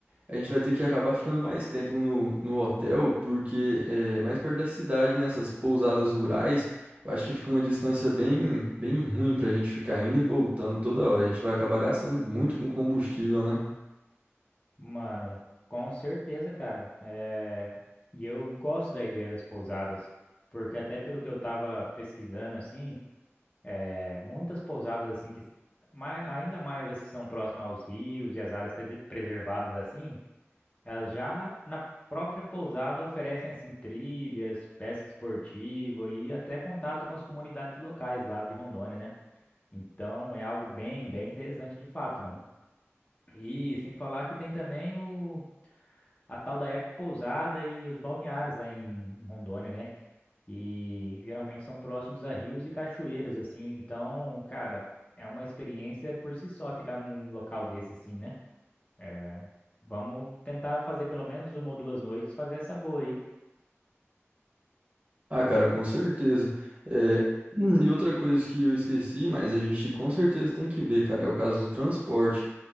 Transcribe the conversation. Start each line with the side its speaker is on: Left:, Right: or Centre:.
Right: A gente vai ter que acabar ficando mais tempo no, no hotel, porque é mais perto da cidade, né? Essas pousadas rurais, eu acho que fica uma distância bem, bem ruim pra gente ficar indo e voltando toda hora. A gente vai acabar gastando muito com combustível, né?
Left: Mano, com certeza, cara. É... E eu gosto da ideia das pousadas, porque até pelo que eu tava pesquisando, assim, é, muitas pousadas, assim, que ma- ainda mais as que são próximas aos rios e as áreas pre- preservadas, assim, Elas já na própria pousada oferecem assim trilhas, pesca esportiva e até contato com as comunidades locais lá de Rondônia, né? Então é algo bem, bem interessante de fato, mano. E sem falar que tem também o a tal da Eco Pousada e os balneários lá em Rondônia, né? E geralmente são próximos a rios e cachoeiras assim, então, cara, é uma experiência por si só ficar num local desse assim, né? É, vamos tentar fazer pelo menos uma ou duas noites, fazer essa boa aí.
Right: Ah, cara, com certeza. É, hum, e outra coisa que eu esqueci, mas a gente com certeza tem que ver, cara, é o caso do transporte.